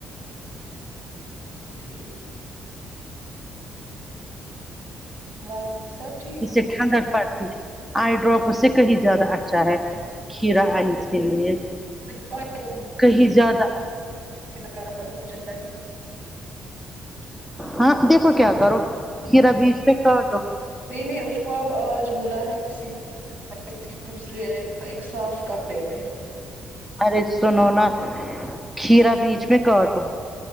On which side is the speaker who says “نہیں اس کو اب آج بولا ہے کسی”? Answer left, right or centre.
Right